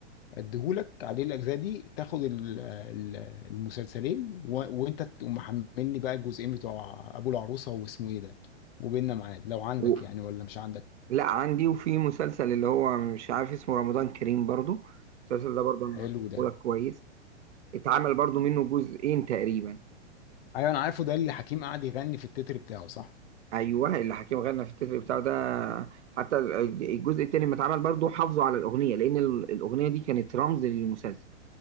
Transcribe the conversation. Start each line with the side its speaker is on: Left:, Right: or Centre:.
Left: اديهولك عليه الاجزاء دي تاخد ال- ال- المسلسلين و... وانت تقوم محملني بقى الجزئين بتوع ابو العروسه واسمه ايه ده وبيننا ميعاد لو عندك
Right: و...
Left: يعني ولا مش عندك
Right: لا عندي وفي مسلسل اللي هو مش عارف اسمه رمضان كريم برضو المسلسل ده برضو انا
Left: حلو
Right: هشوفهولك
Left: ده
Right: كويس اتعمل برضو منه جزئين تقريبا
Left: ايوه انا عارفه ده اللي حكيم قعد يغني في التتر بتاعه صح
Right: ايوه اللي حكيم غنى في التتر بتاعه ده حتى ال- الجزء التاني لما اتعمل برضه حافظوا على الاغنيه لان ال- الاغنيه دي كانت رمز للمسلسل